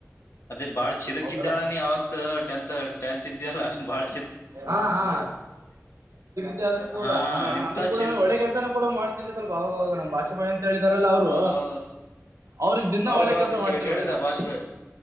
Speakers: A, on the left; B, on the right.
A: ಅದೇ ಬಾಳ ಚಿದಕ್ಿದ್ದ
B: ಹೌದಲ್ಲ
A: ಅಣ್ಣ ನೀ ಅವತ್ ಟೆಂತ್ ಟೆಂತ್ ಇದ್ಯಲ್ಲ ಬಾಳ
B: ಹಾ ಹಾ ದ ಆದ್ ಕೂಡ
A: ಹಾ
B: ಹ
A: ಇಂತ
B: ಅಂದ್ರೂ ಕೂಡ
A: ಚಿ
B: ಒಳ್ಳೆ ಕೆಲ್ಸನ ಕೂಡ ಮಾಡತಿದಿದೆ ಸ್ವಲ್ಪ ಆಗ ನ್ ಭಾಪಾ ಅಂತ ಹೇಳಿದಾರಲ್ಲ ಅವರು
A: ಹೌದೌದು
B: ಅವ್ರಿಗೆ ದಿನ
A: ಹೌದೌದು
B: ಒಳ್ಳೆ ಕೆಲ್ಸ
A: ಕೇ
B: ಮಾಡ್ತೀವಿ
A: ಕೇಳಿದೆ
B: ನೋಡಿ ನಾನು
A: ಬಾಷ್ಪ